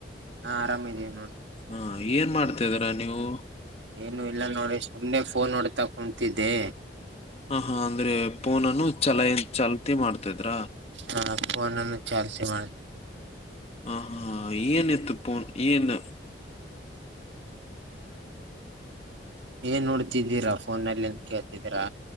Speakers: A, on the right (about 80°); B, on the left (about 35°).
A: ಹಾ ಆರಾಮ ಇದೇವಿ ನೋಡಿ
B: ಹಾ ಏನ್ ಮಾಡ್ತಾದೀರ ನೀವು
A: ಏನು ಇಲ್ಲ ನೋಡ್ರಿ ಸುಮ್ನೆ ಫೋನ್ ಹೊೋಡ್ತಾ ಕುತಿದ್ದೆ
B: ಹ ಹಾ ಅಂದ್ರೆ ಪಫೋನನು ಚಲ ಚಲ್ತಿ ಮಾಡ್ತಿದ್ರ
A: ನಾಪ್ಪನ್ನನ್ನು ಚಾಲ್ಸ ಮಾಡಿ
B: ಹ ಹಾ ನ್ತ್ತುಪ್ಪನ್ ನ್
A: ಏನ್ ನೋಡ್ತಿದ್ದೀರಾ ಫೋನ್ಲ್ಲಿ ಎನ್ ಕೇಳ್ತಿದೀರಾ